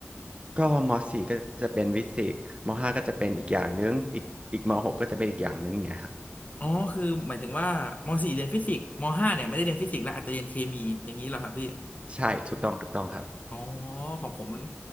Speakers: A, on the right; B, on the left.
A: ก็มสี่ก็จะเป็นวิสิกส์มห้าก็จะเป็นอีกอย่างนึงอีกอีกมหกก็จะเป็นอีกอย่างนึงอย่างเงี้ยครับ
B: อ๋อคือหมายถึงว่าม .4 เรียนฟิสิกส์ม .5 เนี่ยไม่ได้เรียนฟิสิกส์แล้วอาจจะเรียนเคมีอย่างนี้เหรอครับพี่
A: ใช่ถูกต้องถูกต้องครับ
B: อ๋อ ของผมมัน